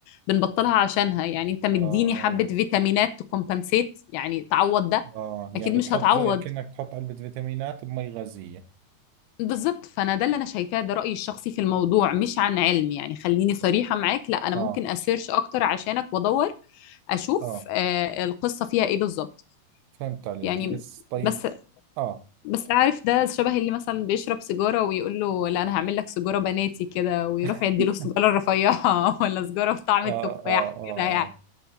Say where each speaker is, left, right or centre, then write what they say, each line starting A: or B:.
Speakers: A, on the left; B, on the right.
A: بنبطلها عشانها يعني انت مديني
B: آه
A: حبه فيتامينات تكمبنسيت يعني تعوض ده
B: آه يعني
A: اكيد
B: بتحط
A: مش هتعوض
B: زي كأنك تحط علبة فيتامينات بمي غازية
A: بالضبط فانا ده اللي انا شايفاه ده رايي الشخصي في الموضوع مش عن علم يعني خليني صريحه معاك لا انا
B: آه
A: ممكن اسيرش اكتر عشانك وادور اشوف
B: آه
A: آه القصه فيها ايه بالظبط
B: فهمت عليك
A: يعني
B: بس طيب
A: بس
B: آه
A: بس عارف ده شبه اللي مثلا بيشرب سيجاره ويقول له لا انا هعمل لك سيجاره بناتي كده ويروح
B: <laughs>
A: يدي له السيجاره الرفيعه <laughs> ولا سيجاره بطعم
B: آه
A: التفاح
B: آه آه,
A: كده يعني
B: آه.